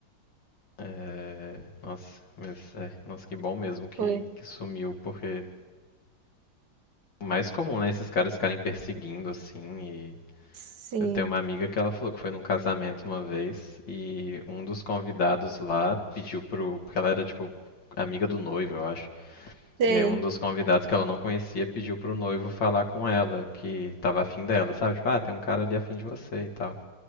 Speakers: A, on the left; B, on the right.
A: é, Nossa, mas é, nossa, que bom mesmo que,
B: foi.
A: que sumiu, porque o mais comum, né? Esses caras ficarem perseguindo, assim, e
B: Sim.
A: Eu tenho uma amiga que ela falou que foi num casamento uma vez e um dos convidados lá pediu pro. Porque ela era tipo amiga do noivo, eu acho.
B: Sei.
A: E aí um dos convidados que ela não conhecia pediu pro noivo falar com ela, que tava afim dela, sabe? Tipo, ah, tem um cara ali afim de você e tal.